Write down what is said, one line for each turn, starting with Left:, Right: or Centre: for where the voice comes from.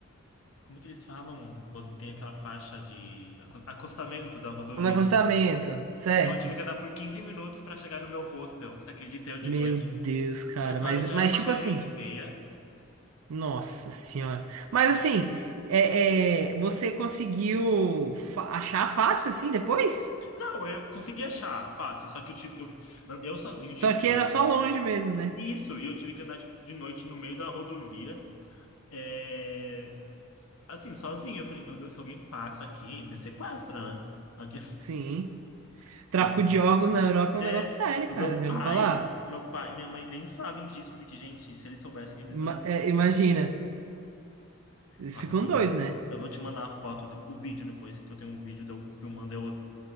Left: Como que eles falam quando tem aquela faixa de aco- acostamento da rodovia?
Right: No acostamento, certo?
Left: Então eu tive que andar por 15 minutos para chegar no meu hostel. Você acredita? Eu de
Right: Meu
Left: noite.
Right: Deus, cara.
Left: Nessa
Right: Mas,
Left: hora já
Right: mas
Left: era uma
Right: tipo
Left: meia-noite
Right: assim.
Left: e meia.
Right: Nossa senhora. Mas assim, é, é, você conseguiu fa- achar fácil assim depois?
Left: Não, eu consegui achar, fácil. Só que eu tive, eu, eu sozinho
Right: Só
Left: de
Right: que
Left: noite.
Right: era só longe mesmo, né?
Left: Isso, e eu tive que andar tipo, de noite no meio da rodovia. é, Assim, sozinho. Eu falei, meu Deus, se alguém passa aqui, me sequestra, né? Aqui... <laughs>
Right: Sim. Tráfico
Left: Nossa,
Right: de órgãos na Europa é
Left: É,
Right: um negócio sério,
Left: do
Right: cara.
Left: meu
Right: Já
Left: pai,
Right: ouviu falar?
Left: meu pai e minha mãe nem sabem disso, porque, gente, se eles soubessem, eles
Right: Ima-
Left: não iam.
Right: é, imagina. Eles
Left: Nossa,
Right: ficam
Left: foi
Right: doidos,
Left: muito.
Right: né?
Left: Eu vou te mandar a foto, de- o vídeo depois, que eu tenho um vídeo de eu filmando eu,